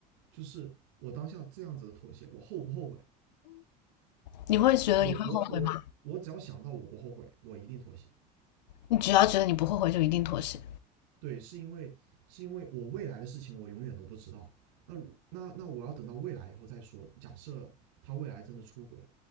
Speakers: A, on the right; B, on the left.
A: 就是我当下这样子的妥协，我后不后悔？
B: 你会觉得你会后悔吗？
A: 我我我我只要想到我不后悔，我一定妥协。
B: 你只要觉得你不后悔，就一定妥协。
A: 对，是因为是因为我未来的事情我永远都不知道。那那那我要等到未来以后再说。假设他未来真的出轨了，